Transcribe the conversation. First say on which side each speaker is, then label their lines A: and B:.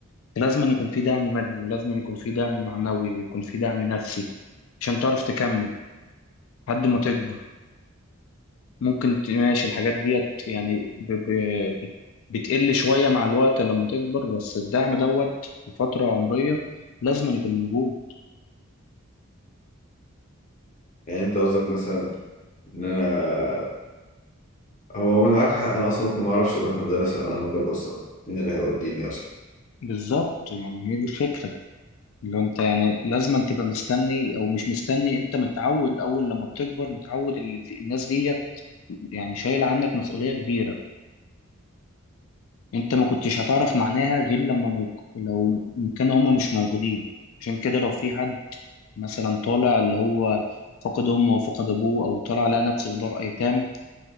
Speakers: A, on the left; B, on the left.
A: أنت لازم أن يكون في دعم مادي ولازم أن يكون في دعم معنوي ويكون في دعم نفسي عشان تعرف تكمل لحد ما تكبر ممكن ت- ماشي الحاجات ديت يعني ب... ب... بت- بتقل شوية مع الوقت لما تكبر بس الدعم دوت في فترة عمرية لازم يكون موجود
B: يعني انت قصدك مثلا ان انا هو من معاك حق انا اصلا ممكن ما اعرفش اروح المدرسه لو انا من غير اسره مين اللي هيوديني اصلا
A: بالظبط يعني هي دي الفكرة لو انت يعني لازم تبقى مستني او مش مستني انت متعود اول لما بتكبر متعود ال- الناس ديت يعني شايلة عنك مسؤولية كبيرة انت ما كنتش هتعرف معناها غير لما ما يك... لو م- كانوا هما مش موجودين عشان كده لو في حد مثلا طالع اللي هو فقد امه وفقد ابوه او طالع لقى نفسه في دار ايتام